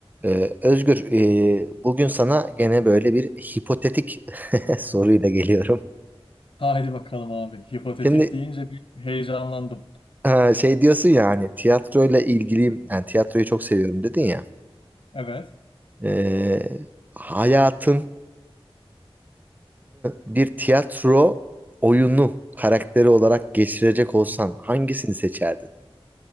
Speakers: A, on the right; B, on the left.
A: Ee, Özgür, e, bugün sana gene böyle bir hipotetik <laughs> soruyla geliyorum.
B: Haydi bakalım abi. Hipotetik
A: Şimdi
B: deyince bir heyecanlandım.
A: ha, şey diyorsun ya hani tiyatroyla ilgiliyim, yani tiyatroyu çok seviyorum dedin ya.
B: Evet.
A: Ee, hayatını bir tiyatro oyunu karakteri olarak geçirecek olsan hangisini seçerdin?